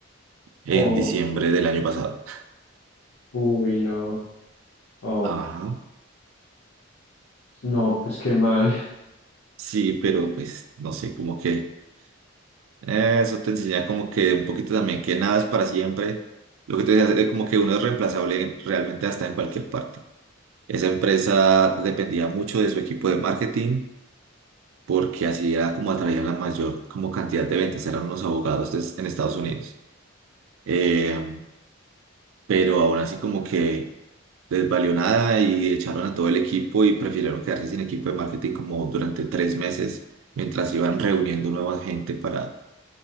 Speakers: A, on the right; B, on the left.
A: en
B: Oh,
A: diciembre del año pasado.
B: uy, no, oh,
A: Ajá.
B: no, pues qué mal. <laughs>
A: Sí, pero pues no sé, como que eh, eso te enseña como que un poquito también que nada es para siempre. Lo que te decía es como que uno es reemplazable realmente hasta en cualquier parte. Esa empresa dependía mucho de su equipo de marketing porque así era como atraían la mayor como cantidad de ventas, eran unos abogados des- en Estados Unidos. Eh, pero aún así como que les valió nada y echaron a todo el equipo y prefirieron quedarse sin equipo de marketing como durante tres meses mientras iban reuniendo nueva gente para